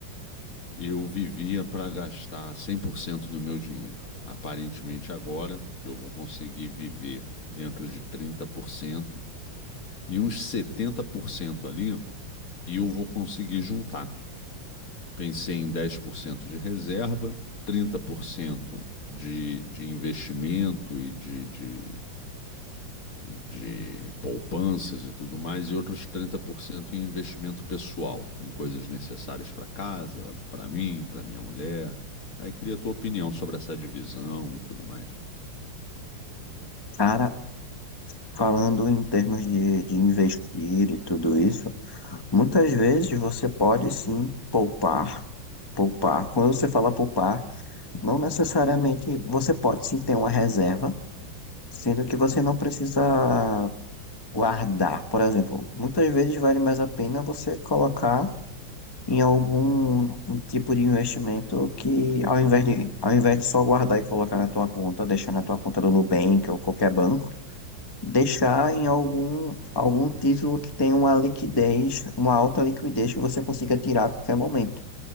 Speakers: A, on the left; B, on the left.
A: Eu vivia para gastar 100% do meu dinheiro. Aparentemente, agora eu vou conseguir viver dentro de 30% e uns 70% ali e eu vou conseguir juntar. Pensei em 10% de reserva, 30% de, de investimento e de, de e de poupanças e tudo mais, e outros 30% em investimento pessoal, em coisas necessárias para casa, para mim, para minha mulher. Aí queria a tua opinião sobre essa divisão e tudo mais.
B: Cara, falando em termos de, de investir e tudo isso, muitas vezes você pode sim poupar. Poupar. Quando você fala poupar, não necessariamente você pode sim ter uma reserva, sendo que você não precisa guardar. Por exemplo, muitas vezes vale mais a pena você colocar. em algum tipo de investimento que ao invés de, ao invés de só guardar e colocar na tua conta, deixar na tua conta do Nubank ou qualquer banco, deixar em algum, algum título que tenha uma liquidez, uma alta liquidez que você consiga tirar a qualquer momento.